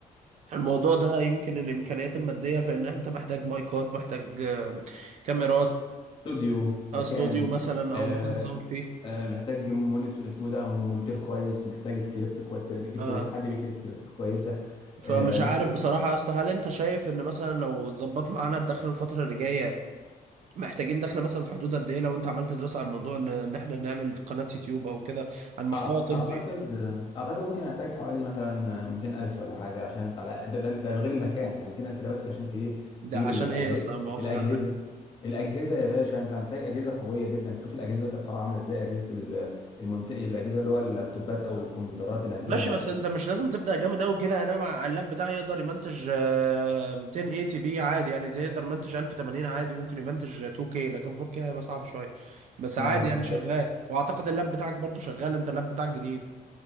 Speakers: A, on the right; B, on the left.
A: الموضوع ده يمكن الامكانيات الماديه في ان انت محتاج مايكات محتاج آه، كاميرات
B: استوديو
A: آه،
B: مكان
A: استوديو مثلا
B: آه،
A: او مكان تصور فيه
B: آه، محتاج مونت اسمه ده مونتير كويس محتاج سكريبت كويس ترج- تكتب
A: اه
B: حد بيكتب سكريبت كويسه
A: فمش
B: آه، محتاج
A: عارف بصراحه يا اسطى هل انت شايف ان مثلا لو اتظبط معانا الدخل الفتره اللي جايه محتاجين دخل مثلا في حدود قد ايه لو انت عملت دراسه عن موضوع ان إن احنا نعمل قناه يوتيوب او كده عن محتوى
B: آه،
A: طبي
B: اعتقد آه، اعتقد ممكن احتاج حوالي مثلا 200000 ولا حاجه عشان على ده ده, ده غير المكان يعني 200000 ده بس عشان ت- ايه
A: ده
B: تجيب
A: عشان
B: الاجهزه
A: ايه يا اسطى مؤاخذه
B: الاجهزه الاجهزه يا باشا انت محتاج اجهزه قويه جدا شوف الاجهزه دلوقتي اسعارها عامله ازاي اجهزه ال- المنت... الاجهزه اللي هو اللابتوبات او الكمبيوترات اللي هتجيبها
A: ماشي بس انت مش لازم تبدا جامد قوي كده انا مع اللاب بتاعي يقدر يمنتج آه، 1080 بي عادي يعني تقدر يمنتج 1080 عادي ممكن يمنتج 2K لكن 4K هيبقى صعب شويه بس
B: اه
A: عادي
B: بالظبط
A: يعني شغال واعتقد اللاب بتاعك برضو شغال انت اللاب بتاعك جديد